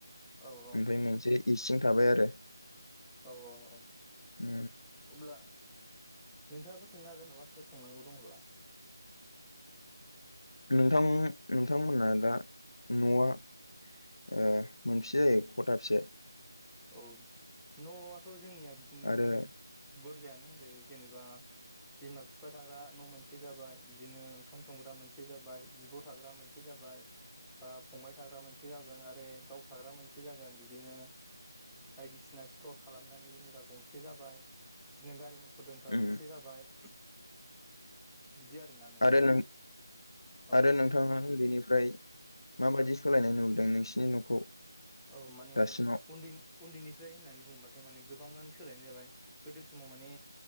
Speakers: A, in the centre; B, on the left.
A: औ
B: ओमफ्राय मोनसे इसिं थाबाय आरो
A: औ औ औ
B: ओम
A: अब्ला नोंथाङाबो सोंनो हागोन माबाफोर सोंनांगौ दंब्ला
B: नोंथां नोंथांमोना दा न'आ ओ मोनबैसे जायो खथा बैसे
A: औ न'आथ' जोंनिया बिदिनो
B: आरो
A: बुरजायानो होनजायो जेनेबा बिमा बिफा थाग्रा न' मोनसे जाबाय बिदिनो ओंखाम संग्रा मोनसे जाबाय बिब' थाग्रा मोनसे जाबाय बाय ओ फंबाय थाग्रा मोनसे जागोन आरो गाव थाग्रा मोनसे जागोन बिदिनो बायदिसिना स्थर खालामनानै दोनग्रा गंसे जाबाय बिदिनो गारि मथ र दोनग्रा
B: उम
A: गंसे जाबाय बिदि आरोना न'फोरा
B: आरो नो
A: औ
B: आरो नोंथाङा उन्दैनिफ्राय मफ्राय माबायदि सोलायनाय नुबोदों नोंसिनि न'खौ
A: औ माने
B: दासिमाव
A: उन्दै उन्दैनिफ्राय होननानै बुंबा माने गोबाङानो सोलायनाय जाबाय गोदो समाव माने